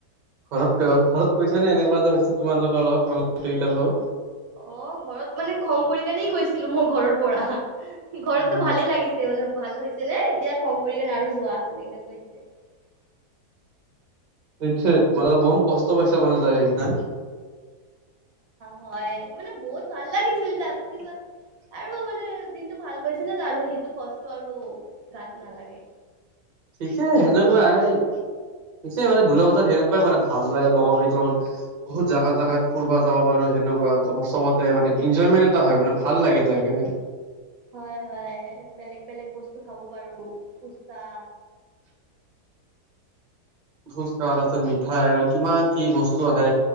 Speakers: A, on the right; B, on the right.
A: ঘৰত ঘৰত কৈছে নে এনেকুৱা যে হৈছে তোমাল লগোকৰ লগত তোমাৰ লগ কেইটাৰ লগত
B: অঁ ঘৰত মানে খং কৰি কাৰণেই গৈছিলো মই ঘৰৰ পৰা ঘৰততো
A: উম
B: ভালে লাগিছে বললে ভাল হৈছে নে এতিয়া খং কৰি কে আৰু যোৱা এনেকে কৈছে <unintelligible>
A: নিশ্চয় মানে বৰু কষ্ট পাইছা মানে যায় সেইদিনা।
B: হয় মানে বহুত ভাল লাগিছিল তাৰ পিছত।
A: <unintelligible>
B: মানে দিনটো ভাল কৰিছে ন তাৰ সেইটো কষ্ট আৰু গাত নালাগে?
A: ঠিকে হে ন বাই পিছে মানে দুৰ্গা পূজাত সেনেকুৱাই মানে ভাল লাগে লগৰ লগত বহুত জাগা জাগাই ফুুৰবা যাব পাৰো। সেনেকুৱা চবতে মানে এনজয়মেণ্ট এটা হয় মানে ভাল লাগে যায় কিনে।
B: হয় হয় বেলেগ বেলেগ বস্তু খাব পাৰো পুচা।
A: <unintelligible> খোজ আছে মিঠাই আৰু কিমান কি বস্তু আহে।